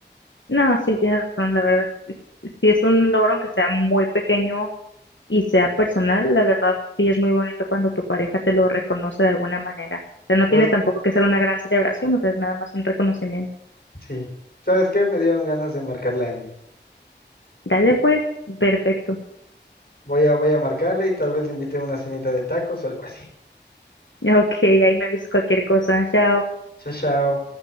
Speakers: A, on the left; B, on the left.
A: no, sí, tienes razón, la verdad, sí es un logro aunque sea muy pequeño y sea personal, la verdad sí es muy bonito cuando tu pareja te lo reconoce de alguna manera. O sea, no
B: Pues,
A: tiene tampoco que ser una gran celebración, o sea, es nada más un reconocimiento.
B: sí. ¿Sabes qué? Me dieron ganas de marcarle a Andy.
A: Dale pues, perfecto. <laughs>
B: Voy a, voy a marcarle y tal vez le invite a una cenita de tacos o algo así.
A: Ok, ahí me avisas cualquier cosa. Chao.
B: Chao, chao.